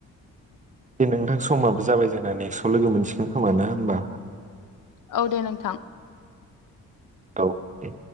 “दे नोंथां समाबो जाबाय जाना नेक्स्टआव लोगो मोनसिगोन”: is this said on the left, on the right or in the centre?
Right